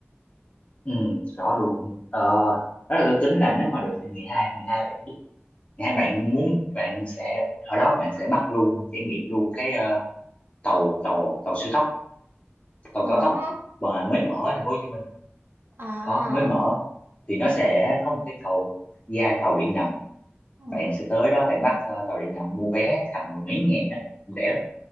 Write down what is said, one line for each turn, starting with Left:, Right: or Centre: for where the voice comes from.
Left: ừ, rõ luôn ờ, đó là tôi tính là nếu mà được thì ngày hai ngày hai bạn đi ngày hai bạn muốn bạn sẽ ở đó bạn sẽ bắt luôn trải nghiệm luôn cái ờ, tàu tàu tàu siêu tốc tàu
Right: Đó.
Left: cao tốc mà mới mở ở thành phố Hồ Chí Minh
Right: À,
Left: có mới mở thì nó sẽ có một cái cầu ra tàu điện ngầm
Right: ừ,
Left: bạn sẽ tới đó bạn bắt ờ, tàu điện ngầm mua vé tầm mười mấy ngàn á rẻ lắm